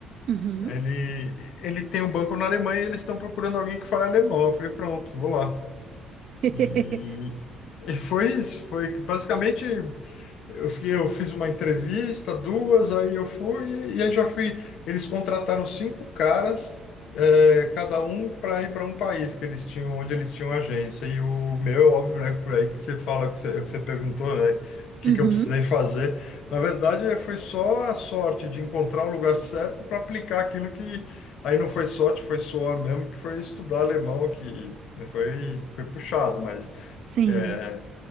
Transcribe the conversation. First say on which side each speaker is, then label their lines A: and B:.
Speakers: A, on the right; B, on the left.
A: uhum.
B: Ele, ele tem um banco na Alemanha e eles estão procurando alguém que fale alemão. Eu falei, pronto, vou lá.
A: <laughs>
B: E, e foi isso, foi basicamente eu fiquei, eu fiz uma entrevista, duas, aí eu fui, e aí já fui. Eles contrataram cinco caras, é, cada um para ir para um país que eles tinham, onde eles tinham agência. E o meu, óbvio, né? Por aí que você fala, que você, que você perguntou, né? O que
A: Uhum,
B: que eu precisei fazer. Na verdade, é, foi só a sorte de encontrar o lugar certo para aplicar aquilo que. Aí não foi sorte, foi suor mesmo, que foi estudar alemão, que né, foi, foi puxado, mas.
A: sim.
B: É,